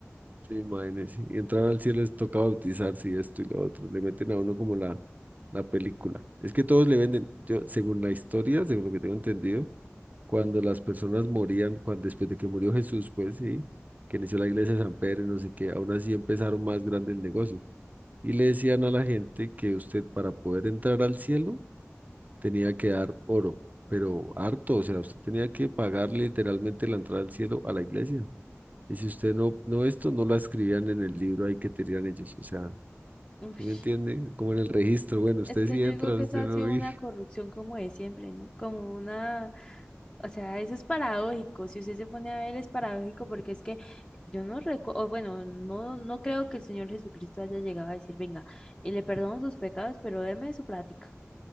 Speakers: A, on the right; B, on the left.
A: Sí, imagínese. sí, Y entrar al cielo les toca bautizarse y esto y lo otro. Le meten a uno como la, la película. Es que todos le venden, yo, según la historia, según lo que tengo entendido, cuando las personas morían, cuando, después de que murió Jesús, pues sí, que inició la iglesia de San Pedro y no sé qué, aún así empezaron más grande el negocio. Y le decían a la gente que usted para poder entrar al cielo tenía que dar oro, pero harto, o sea, usted tenía que pagar literalmente la entrada al cielo a la iglesia. Y si usted no, no esto, no la escribían en el libro ahí que tenían ellos. O sea,
B: <laughs> Ush.
A: ¿sí me entiende? Como en el registro. Bueno, usted
B: Es que
A: sí
B: yo
A: entra,
B: digo que
A: usted
B: eso ha
A: no.
B: sido
A: Y,
B: una corrupción como de siempre, ¿no? Como una, o sea, eso es paradójico. Si usted se pone a ver, es paradójico porque es que yo no recuerdo, bueno, no, no creo que el Señor Jesucristo haya llegado a decir, venga, eh, le perdono sus pecados, pero deme su plática.